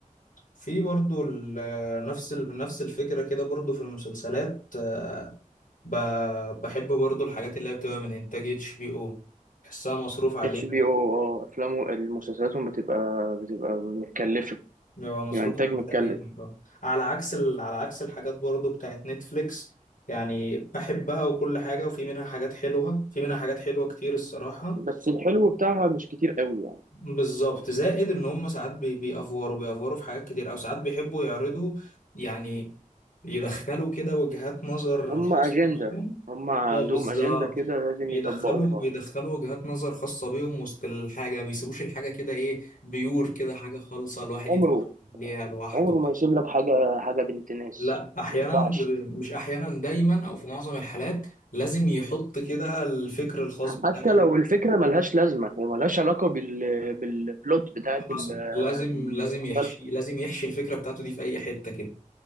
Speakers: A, on the left; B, on the right.
A: في برضو ال- نفس ال- نفس الفكرة كده برضو في المسلسلات آه، ب- بحب برضو الحاجات اللي هي بتبقى من إنتاج اتش بي أو بحسها مصروف عليها
B: اتش
A: كده.
B: بي او اه افلامه مسلسلاتهم بتبقى بتبقى متكلفه
A: بيبقى مصروف
B: يعني انتاج
A: عليها
B: متكلف
A: جامد آه. على عكس ال... على عكس الحاجات برضو بتاعت نتفليكس يعني بحبها وكل حاجة وفي منها حاجات حلوة في منها حاجات حلوة كتير الصراحة
B: بس الحلو بتاعها مش كتير قوي يعني
A: بالظبط زائد ان هم ساعات بي- بيأفوروا بيأفوروا في حاجات كتير او ساعات بيحبوا يعرضوا يعني يدخلوا كده وجهات نظر
B: هم
A: خاصة
B: اجنده
A: بيهم
B: هم عندهم
A: اه بالظبط
B: اجنده كده لازم
A: بيدخلوا
B: يطبقوها
A: بيدخلوا وجهات نظر خاصة بيهم وسط الحاجة ما بيسيبوش الحاجة كده ايه بيور كده حاجة خالصة الواحد
B: عمره
A: يتفرج عليها لوحده
B: عمره ما يسيب لك حاجه حاجه بنت ناس
A: لا احيانا
B: ما ينفعش
A: ب- مش احيانا دايما او في معظم الحالات لازم يحط كده الفكر الخاص بتاعه
B: حتى لو الفكره ملهاش لازمه وملهاش علاقه بال بالبلوت بتاعت
A: حصل
B: ال-
A: لازم
B: المسلسل
A: لازم يحشي لازم يحشي الفكرة بتاعته دي في أي حتة كده